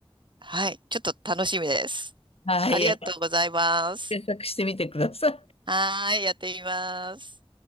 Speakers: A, on the right; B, on the left.
A: はい。ちょっと楽しみです。
B: はい、
A: ありがとうございます。
B: 検索してみてください。
A: はーい、やってみます。